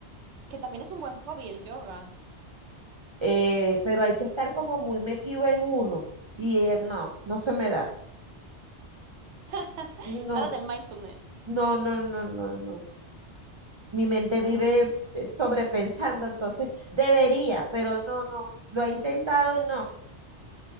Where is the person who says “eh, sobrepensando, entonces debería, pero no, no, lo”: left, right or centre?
Right